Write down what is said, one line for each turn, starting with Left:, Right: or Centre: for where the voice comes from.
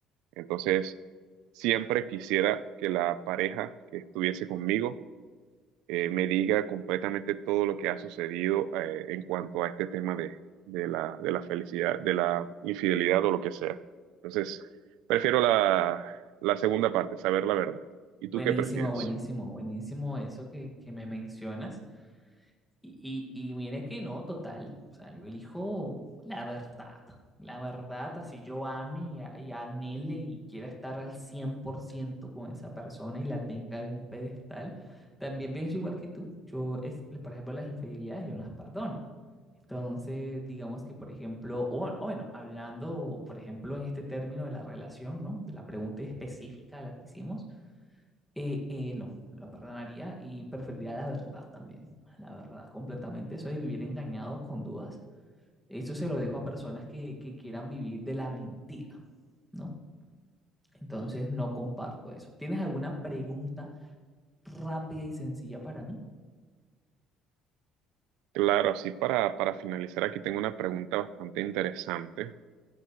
Right: Entonces, siempre quisiera que la pareja que estuviese conmigo eh, me diga completamente todo lo que ha sucedido eh, en cuanto a este tema de, de la, de la felicidad, de la infidelidad o lo que sea. Entonces, prefiero la, la segunda parte, saber la verdad. ¿Y
Centre: Buenísimo,
Right: tú qué prefieres?
Centre: buenísimo, buenísimo eso que, que me mencionas. Y, y, y mire que no, total. O sea, yo elijo la verdad. La verdad, así yo ame y, a- y anhele y quiera estar al 100% con esa persona y la tenga en un pedestal, también pienso igual que tú. Yo, es, por ejemplo, las infidelidades yo no las perdono. Entonces, digamos que, por ejemplo, o bueno, o bueno, hablando, por ejemplo, en este término de la relación, ¿no? De la pregunta específica a la que hicimos, eh, eh, no, lo perdonaría y preferiría la verdad también, la verdad completamente. Eso de vivir engañado con dudas, eso se lo dejo a personas que, que quieran vivir de la mentira, ¿no? Entonces no comparto eso. ¿Tienes alguna pregunta rápida y sencilla para mí?
Right: Claro, así para, para finalizar, aquí tengo una pregunta bastante interesante